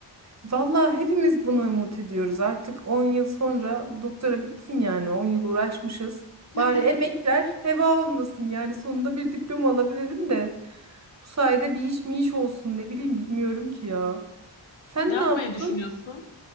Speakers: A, on the right (about 35°); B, on the left (about 80°).
A: Vallahi hepimiz bunu umut ediyoruz. Artık 10 yıl sonra bu doktora bitsin yani. 10 yıl uğraşmışız.
B: <laughs>
A: Bari emekler heba olmasın yani. Sonunda bir diploma alabilirim de. Bu sayede bir iş mi iş olsun ne bileyim bilmiyorum ki ya. Sen
B: Ne yapmayı
A: ne yaptın?
B: düşünüyorsun?